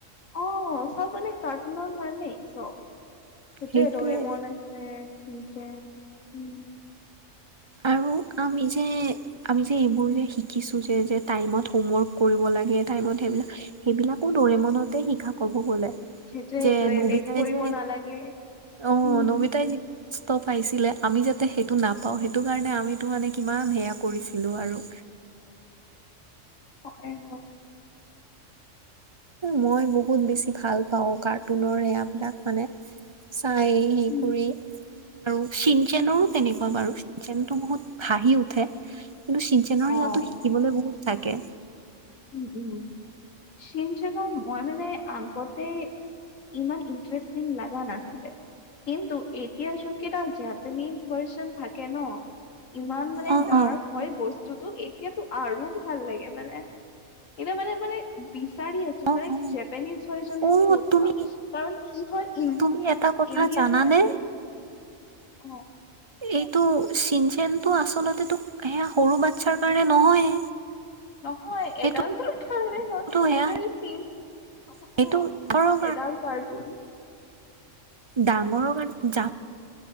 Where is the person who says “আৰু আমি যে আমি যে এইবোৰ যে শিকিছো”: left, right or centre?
Right